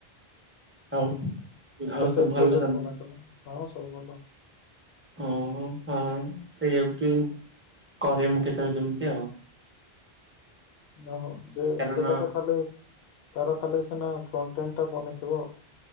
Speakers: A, on the right (about 15°); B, on the left (about 75°).
A: ଆଉ। ଆଉ
B: ତ ସେଇ
A: ସବୁ ଭଲ
B: ପ୍ରୋଜେକ୍ଟ
A: ତମ
B: ମନାକଲେ ହଁ ସବୁ ଭଲ।
A: ଓହୋ ହଁ ସେଇଆକୁ କି କରେ ମୁଁ କେତେବେଳେ କେମିତି ଆଉ।
B: ଓହୋ ଯେ
A: କାରଣ
B: ସେଟା ତ ଖାଲି ତାର ଖାଲି ସିନା ଫ୍ରଣ୍ଟ ଏଣ୍ଡ ଟା ବନିଥିବ